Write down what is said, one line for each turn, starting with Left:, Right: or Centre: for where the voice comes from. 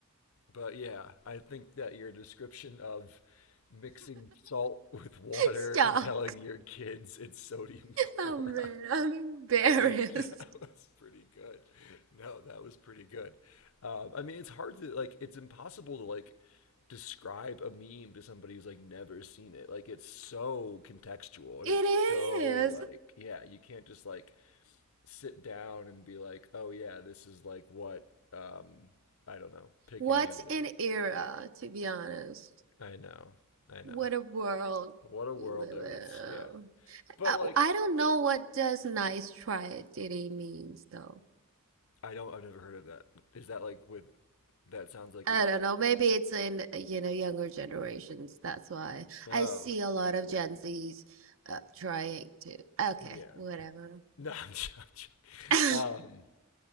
Left: but yeah, I think that your description of mixing salt with water
Right: Stop.
Left: and telling your kids it's sodium <laughs> chloride
Right: Oh man, I'm embarrassed.
Left: <laughs> that was pretty good. No, that was pretty good. Um, I mean, it's hard to like. It's impossible to like describe a meme to somebody who's like never seen it. Like, it's so contextual and
Right: It
Left: it's so
Right: is.
Left: like, yeah, you can't just like sit down and be like, oh yeah, this is like what um, I don't know. Pick
Right: What's
Left: any other.
Right: an era, to be honest?
Left: I know, I know.
Right: What a world
Left: What a
Right: we
Left: world
Right: live
Left: that
Right: in.
Left: was. Yeah, but
Right: Uh,
Left: like,
Right: I don't know what does nice try really means though.
Left: I don't. I've never heard of that. Is that like with? That sounds like
Right: I
Left: it
Right: don't know. Maybe it's in uh, you know younger generations. That's why
Left: Oh,
Right: I see a lot of
Left: cool.
Right: Gen Zs uh, trying to. Okay,
Left: Yeah.
Right: whatever.
Left: <laughs> No, I'm j- I'm j-
Right: <laughs>
Left: Um,